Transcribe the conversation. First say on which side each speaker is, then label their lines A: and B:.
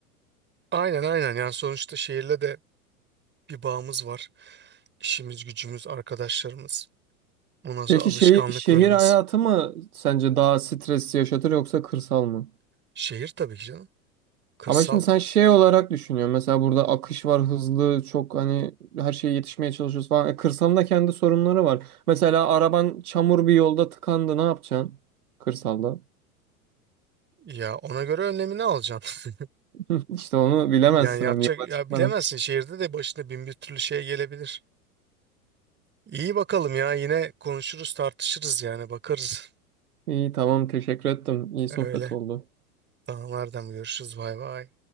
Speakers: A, on the right; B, on the right.
A: Aynen aynen yani sonuçta şehirle de bir bağımız var. İşimiz, gücümüz, arkadaşlarımız, ondan sonra
B: Peki
A: alışkanlıklarımız.
B: şey, şehir hayatı mı sence daha stres yaşatır yoksa kırsal mı?
A: Şehir tabii ki canım. Kırsal
B: Ama şimdi sen şey olarak düşünüyorsun. Mesela burada akış var, hızlı, çok hani her şeye yetişmeye çalışıyoruz falan. E, kırsalın da kendi sorunları var. Mesela araban çamur bir yolda tıkandı, ne yapacaksın? Kırsalda.
A: Ya ona göre önlemini alacaksın. <laughs>
B: <laughs> İşte onu bilemezsin
A: Yani yapacak
B: hani yola
A: ya
B: çıkmadan.
A: bilemezsin şehirde de başına bin bir türlü şey gelebilir. İyi bakalım ya yine konuşuruz tartışırız yani bakarız.
B: İyi tamam teşekkür ettim. İyi
A: Öyle.
B: sohbet oldu.
A: Tamam Erdem görüşürüz bay bay.